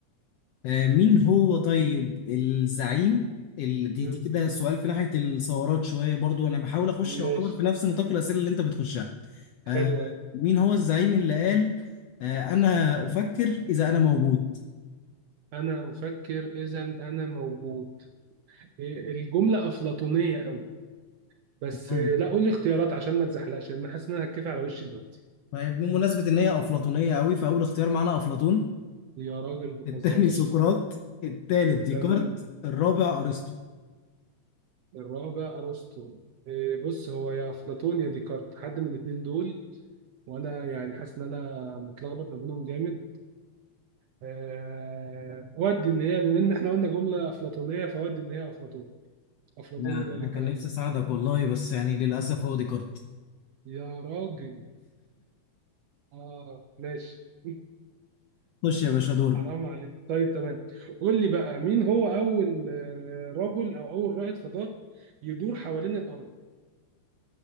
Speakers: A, on the left; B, on the right.
A: آه مين هو طيب الزعيم ال- دي
B: مم.
A: دي كده سؤال في ناحية الثورات شوية برضو انا بحاول اخش يعتبر
B: ماشي
A: في نفس نطاق الأسئلة اللي انت بتخشها آه،
B: حلو أوي.
A: مين هو الزعيم اللي قال آه، أنا أفكر إذا أنا موجود
B: انا افكر اذا انا موجود إيه، الجمله افلاطونيه قوي بس
A: مم.
B: آه، لا قول لي اختيارات عشان ما تزحلقش لان حاسس ان انا هتكفي على وشي دلوقتي
A: طيب بمناسبة إن هي أفلاطونية قوي فأول اختيار معانا أفلاطون
B: يا راجل ما تهزرش
A: التاني سقراط التالت ديكارت
B: تمام
A: الرابع أرسطو
B: الرابع ارسطو إيه، بص هو يا افلاطون يا ديكارت حد من الاثنين دول وانا يعني حاسس ان انا متلخبط ما بينهم جامد آه ودي ان هي بما ان احنا قلنا جمله افلاطونيه فودي ان هي افلاطون افلاطون
A: لا
B: اللي
A: أنا
B: قال الكلام
A: كان نفسي
B: ده
A: أساعدك والله بس يعني للأسف هو ديكارت
B: يا راجل اه ماشي <laughs>
A: خش يا باشا دورك
B: حرام عليك طيب تمام قول لي بقى مين هو اول آه، رجل او اول رائد فضاء يدور حوالين الارض